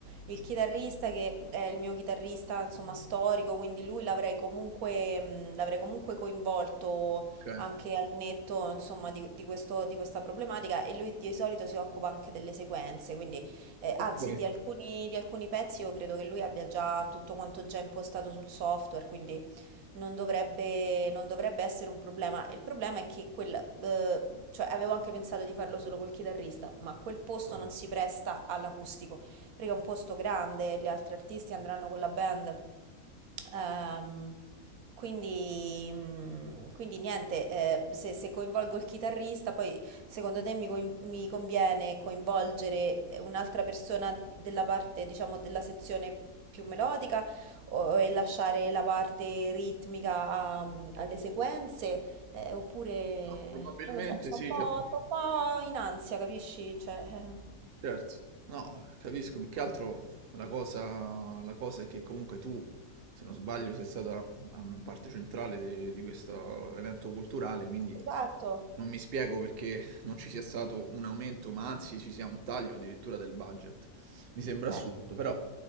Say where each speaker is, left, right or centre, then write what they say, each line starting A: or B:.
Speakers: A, on the right (about 85°); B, on the right (about 50°).
A: il chitarrista che è il mio chitarrista, insomma, storico, quindi lui l'avrei comunque, mh, l'avrei comunque coinvolto
B: ok?
A: anche al netto, insomma, di, di questo- di questa problematica e lui di solito si occupa anche delle sequenze, quindi eh,
B: Ok.
A: anzi di alcuni, di alcuni pezzi io credo che lui abbia già tutto quanto già impostato sul software, quindi non dovrebbe, non dovrebbe essere un problema. Il problema è che quel, eh, cioè avevo anche pensato di farlo solo col chitarrista, ma quel posto non si presta all'acustico, perché è un posto grande, gli altri artisti andranno con la band. Ehm, quindi, mm, quindi niente, eh, se, se coinvolgo il chitarrista, poi secondo te mi, coin- mi conviene coinvolgere un'altra persona della parte, diciamo, della sezione più melodica? o- e lasciare la parte ritmica a- alle sequenze, eh, oppure
B: Ah, probabilmente
A: non lo so, sto
B: sì,
A: un po',
B: cioè, più-
A: sto un po' in ansia, capisci? Cioè, eh,
B: certo. No, capisco, più che altro la cosa, la cosa è che comunque tu, se non sbaglio, sei stata mm, parte centrale de- di questo evento culturale, quindi
A: esatto.
B: Non mi spiego perché non ci sia stato un aumento, ma anzi ci sia un taglio addirittura del budget. Mi sembra assurdo,
A: Eh.
B: però